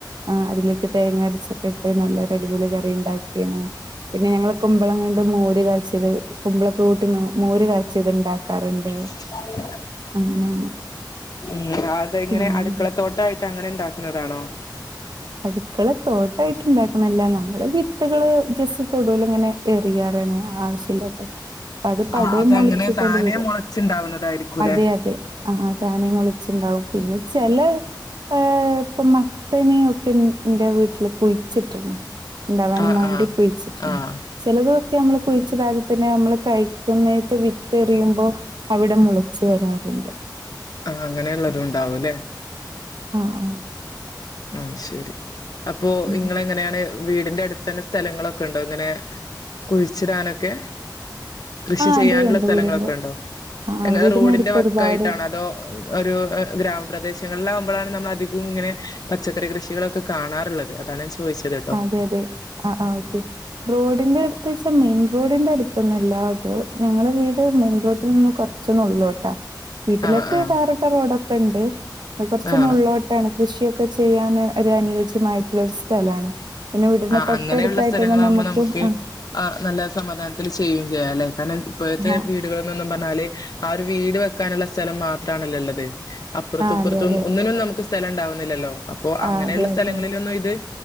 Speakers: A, on the right; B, on the left.
A: ആഹ അതിലേക്ക് തേങ്ങ അരച്ചൊക്കെ ഇട്ട് നല്ലൊരു അടിപൊളി കറി ഇണ്ടാക്കീണ് പിന്നെ ഞങ്ങള് കുമ്പളം കൊണ്ട് മോര് കാച്യത് കുമ്പളൊക്കെ കൂട്ടി മോര് കാച്ചിയത് ഇണ്ടാക്കാറ്ണ്ട്
B: <unintelligible>
A: അങ്ങനെ അങ്ങനെ
B: ഉം അതെങ്ങനെ
A: ഉം
B: അടുക്കളത്തോട്ടായിട്ടങ്ങനെ ഇണ്ടാക്കുന്നതാണോ?
A: അടുക്കള തോട്ടായിട്ട്ണ്ടാക്ക്ണല്ല നമ്മള് വിത്തുകള് ജസ്റ്റ് തൊടൂലിങ്ങനെ എറിയാറാണ് ആ <unintelligible> അത് പടോം
B: ആഹ് അതങ്ങനെ
A: മൊളച്ചിട്ടട്
B: താനെ
A: വരും
B: മുളച്ചുണ്ടാവുന്നതായിരിക്കുംല്ലേ
A: അതെ അതെ ആഹ് താനേ മുളച്ചിണ്ടാവും പിന്നെ ചെല ഏഹ ഇപ്പൊ മത്തന് ക്കെ ഇന്റെ വീട്ടില് കുഴിച്ചിട്ട്ണ് ഇണ്ടാവാനും
B: ആഹ്
A: മാണ്ടി
B: ആഹ്
A: കുഴിച്ചിട്ട്ണ്
B: ആഹ്
A: ചെലതൊക്കെ നമ്മള് കുഴിച്ചിടാതെ തന്നെ നമ്മള് കഴിക്കുന്നെത്തെ വിത്തെറിയുമ്പോ അവിടെ മുളച്ച് വരാറ്ണ്ട്
B: ആഹ് അങ്ങനെയിള്ളതും ണ്ടാവും ല്ലേ
A: ആഹ് ആഹ്
B: അയ്ശരി അപ്പൊ
A: ഉം
B: ഇങ്ങളങ്ങനെയാണ് വീടിന്റെ അടുത്തന്നെ സ്ഥലങ്ങളൊക്കെ ഇണ്ടോ ഇങ്ങനെ കുഴിച്ചിടാനൊക്കെ? കൃഷി
A: ആ
B: ചെയ്യാന്ള്ള
A: അതെ ഉണ്ട്
B: സ്ഥലങ്ങളൊക്കെ
A: വീടിന്റെ
B: ഇണ്ടോ
A: ആ വീടിനടുത്ത്
B: റോഡിന്റെ വക്കായിട്ടാണോ
A: ഒരുപാട്
B: അതോ ഒരു ഗ്രാമപ്രദേശങ്ങളിലാവുമ്പളാണ് നമ്മളധികവും ഇങ്ങനെ പച്ചക്കറി കൃഷികളൊക്കെ കാണാറ്ള്ളത് അതാണ് ഞാൻ ചോദിച്ചത് ട്ടോ
A: അതെ അതെ ആഹ് ആഹ് ഓക്കെ റോഡിന്റെ അടുത്തേയ്ച്ചാൽ മെയിൻ റോഡിന്റെ അടുത്തൊന്നും അല്ല അത് ഞങ്ങളെ വീട് മെയിൻ റോട്ടിൽ നിന്നും കുറ റച്ചൊന്നുള്ളോട്ട വീട്ടിലൊക്കെ
B: ആഹ് ആഹ്
A: ഈ ടാറിട്ട റോഡൊക്കെ ഇണ്ട് കൊറച്ചൊന്നുള്ളോട്ട
B: ആഹ്
A: ട്ടാണ് കൃഷിയൊക്കെ ചെയ്യാന് ഒരു അനുയോജ്യമായിട്ടുള്ളൊരു സ്ഥലാണ്. പിന്നെ വീടിന്റെ
B: ആഹ്
A: തൊട്ടടുത്തായിട്ടന്നെ
B: അങ്ങനെയുള്ള സ്ഥലങ്ങളാകുമ്പോ
A: നമുക്ക്
B: നമ്മക്ക്
A: ആഹ്
B: ആഹ് നല്ല സമാധാനത്തിൽ ചെയ്യും ചെയ്യാല്ലേ കാരണം ഇപ്പോഴത്തെ
A: ആഹ്
B: വീടുകൾ ന്നും പറഞ്ഞാല് ആ ഒരു വീട് വെക്കാനുള്ള സ്ഥലം മാത്രാണലോ ഇള്ളത് അപർത്തും
A: ആഹ്
B: ഇപ്പർത്തൊന
A: അതെ അതെ.
B: ഒന്നിനും നമുക്ക് സ്ഥലം ഉണ്ടാവുന്നില്ലല്ലോ അപ്പൊ അങ്ങനെയുള്ള
A: ആഹ് അതെ
B: സ്ഥലങ്ങളിലൊന്നും
A: അതെ.
B: ഇത്